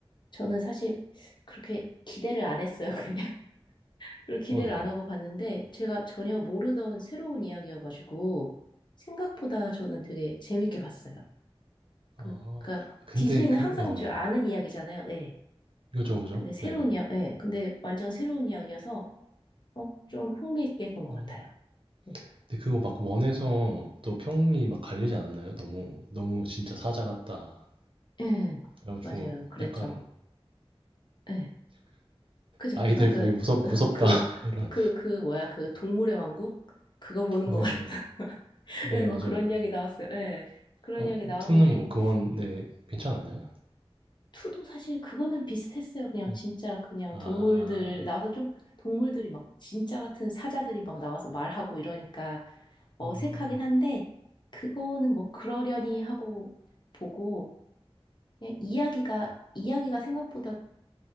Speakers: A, on the left (about 50°); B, on the right (about 60°).
A: 저는 사실 그렇게 기대를 안 했어요, 그냥. <laughs> 그리고 기대를
B: 어, 네.
A: 안 하고 봤는데, 제가 전혀 모르던 새로운 이야기여가지고, 생각보다 저는 되게 재밌게 봤어요. 그,
B: 어,
A: 그러니까
B: 근데
A: 디즈니는
B: 그,
A: 항상
B: 어,
A: 저
B: 네,
A: 아는 이야기잖아요. 예.
B: 그죠, 그죠?
A: 근데 새로운
B: 네,
A: 이야, 예. 근데 완전 새로운 이야기여서 어, 좀 흥미있게 본 것
B: 네.
A: 같아요. 네.
B: 근데 그거 막 원에서 또 평이 막 갈리지 않았나요? 너무 너무 진짜 사자 같다.
A: 예.
B: 그래가지고
A: 맞아요. 그랬죠.
B: 약간
A: 예. 그죠.
B: 아이들
A: 약간 그,
B: 보기 무섭
A: <laughs>
B: 무섭다
A: 그,
B: <laughs> 이런.
A: 그, 그 뭐야 그 동물의 왕국 그거 보는
B: 네네.
A: 것 같아. <laughs>
B: 네
A: 예, 막
B: 맞아요.
A: 그런 이야기 나왔어요. 예. 그런
B: 어
A: 이야기 나왔는데
B: 투는 뭐 그건 네 괜찮았나요?
A: 투도 사실 그거는 비슷했어요. 그냥
B: 네.
A: 진짜 그냥
B: 아,
A: 동물들 나와서 좀 동물들이 막 진짜 같은 사자들이 막 나와서 말하고 이러니까 어색하긴
B: 음,
A: 한데, 그거는 뭐 그러려니 하고 보고, 그냥 이야기가, 이야기가 생각보다